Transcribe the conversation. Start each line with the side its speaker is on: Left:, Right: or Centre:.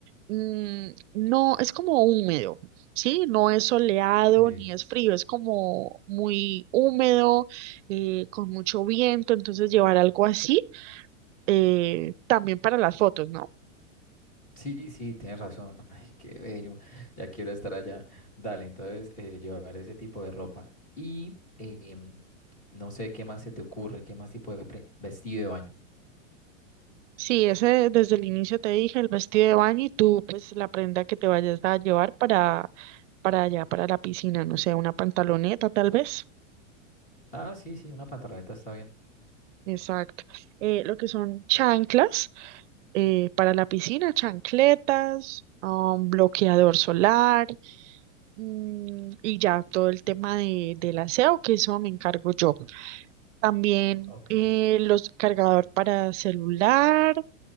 Right: mm, no, es como húmedo, ¿sí? No es soleado
Left: Sí.
Right: ni es frío, es como muy húmedo, eh, con mucho viento, entonces llevar algo así eh, también para las fotos, ¿no?
Left: Sí, sí, tienes razón. <laughs> Ay, qué bello. Ya quiero estar allá. Dale, entonces eh, llevar ese tipo de ropa. Y em, no sé qué más se te ocurre, qué más tipo de pre- vestido de baño.
Right: Sí, ese desde el inicio te dije, el vestido de baño y tú, pues la prenda que te vayas a llevar para, para allá, para la piscina, no sé, una pantaloneta tal vez.
Left: Ah, sí, sí, una pantaloneta está bien.
Right: Exacto. Eh, lo que son chanclas eh, para la piscina, chancletas, um, bloqueador solar mm, y ya todo el tema de, del aseo, que eso me encargo yo. También
Left: Ok.
Right: eh, los cargador para celular.